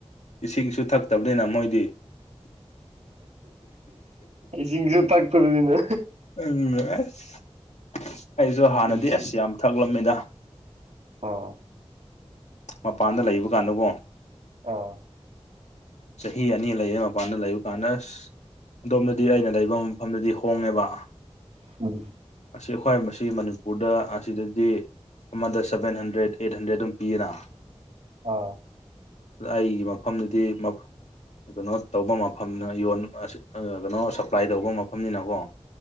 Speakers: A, on the left; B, on the right.
A: ꯏꯁꯤꯡꯁꯨ ꯊꯛꯇꯕꯅꯤꯅ ꯃꯣꯏꯗꯤ
B: ꯏꯁꯤꯡꯁꯨ ꯊꯛꯇꯕꯅꯤꯅ
A: ꯎꯝ ꯑꯁ ꯑꯩꯖꯨ ꯍꯥꯟꯅꯗꯤ
B: ꯄꯨꯟꯁꯤ
A: ꯑꯁ ꯌꯥꯝ ꯊꯛꯂꯝꯃꯤꯗ
B: ꯑꯥ
A: ꯃꯄꯥꯟꯗ ꯂꯩꯕ ꯀꯥꯟꯗꯀꯣ
B: ꯑꯥ
A: ꯆꯍꯤ ꯑꯅꯤ ꯂꯩꯌꯦ ꯃꯄꯥꯟꯗ ꯂꯩꯕ ꯀꯥꯟꯗ ꯑꯁ ꯗꯣꯝꯗꯗꯤ ꯑꯩꯅ ꯂꯩꯕ ꯃꯐꯝꯗꯗꯤ ꯍꯣꯡꯉꯦꯕ
B: ꯎꯝ
A: ꯑꯁꯤ ꯑꯩꯈꯣꯏ ꯃꯁꯤ ꯃꯅꯤꯄꯨꯔꯗ ꯑꯁꯤꯗꯗꯤ ꯑꯃꯗ ꯁꯕꯦꯟ ꯍꯟꯗ꯭ꯔꯦ ꯑꯦꯠ ꯍꯟꯗ꯭ꯔꯦꯠ ꯑꯗꯨꯝ ꯄꯤꯌꯦꯅ
B: ꯑꯥ
A: ꯑꯩꯒꯤ ꯃꯐꯝꯗꯗꯤ ꯃꯐꯝ ꯀꯩꯅꯣ ꯇꯧꯕ ꯃꯐꯝꯅ ꯌꯣꯟ ꯑꯁꯤꯠ ꯀꯩꯅꯣ ꯁꯄ꯭ꯂꯥꯏ ꯇꯧꯕ ꯃꯐꯝꯅꯤꯅꯀꯣ